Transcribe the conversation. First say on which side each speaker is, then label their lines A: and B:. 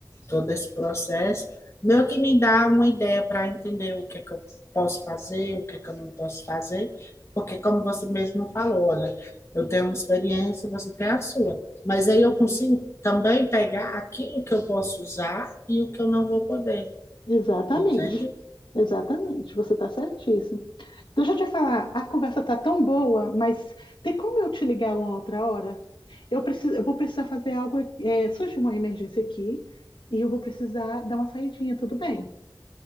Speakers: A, on the left; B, on the left.
A: todo esse processo, meio que me dá uma ideia para entender o que é que eu posso fazer, o que é que eu não posso fazer, porque como você mesmo falou, olha, eu tenho uma experiência e você tem a sua. Mas aí eu
B: Exato.
A: consigo também pegar aquilo que eu posso usar e o que eu não vou poder,
B: Exatamente.
A: entende?
B: Exatamente. Você está certíssimo. Deixa eu te falar, a conversa está tão boa, mas tem como eu te ligar uma outra hora? Eu preciso, eu vou precisar fazer algo. É, surge uma emergência aqui e eu vou precisar dar uma saidinha, tudo bem?